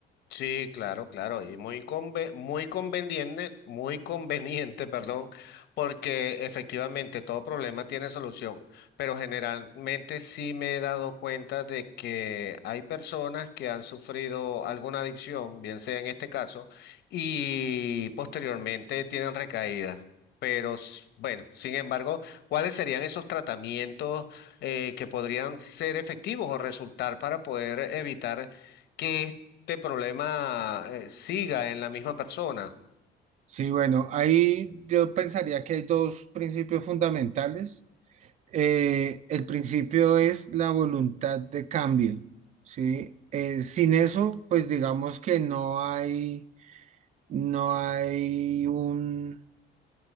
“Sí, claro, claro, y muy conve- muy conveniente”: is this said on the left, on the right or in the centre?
Left